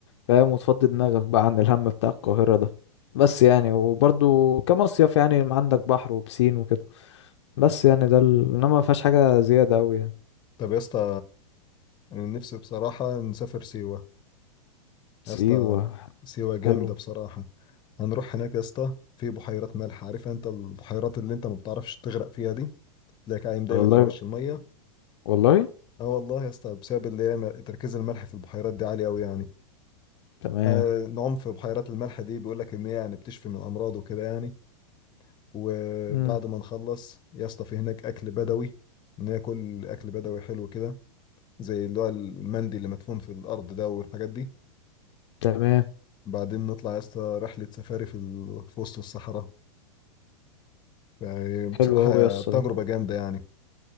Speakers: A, on the left; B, on the left.
A: فاهم وتفضي دماغك بقى عن الهم بتاع القاهرة ده بس يعني وبرضو كمصيف يعني عندك بحر وبسين وكده بس يعني ده ال... انما ما فيهاش حاجة زيادة اوي يعني
B: طب يا اسطى انا نفسي بصراحة نسافر سيوة
A: سيوة
B: يا اسطى سيوة جامدة
A: حلو
B: بصراحة هنروح هناك يا اسطى في بحيرات ملح عارف انت البحيرات اللي انت ما بتعرفش تغرق فيها دي تلاقيك عايم دايما
A: والله
B: على وش المية
A: والله
B: اه والله يا اسطى بسبب اللي هي م- تركيز الملح في البحيرات دي عالي قوي يعني
A: تمام
B: آه نعوم في بحيرات الملح دي بيقول لك ان هي يعني بتشفي من الامراض وكده يعني وبعد
A: امم
B: ما نخلص يا اسطى في هناك اكل بدوي ناكل اكل بدوي حلو كده زي اللي هو المندي اللي مدفون في الارض ده والحاجات دي
A: تمام
B: بعدين نطلع يا اسطى رحلة سفاري في, ال... في وسط الصحراء يعني بصراحة
A: حلو اوي يا اسطى
B: تجربة
A: ده
B: جامدة يعني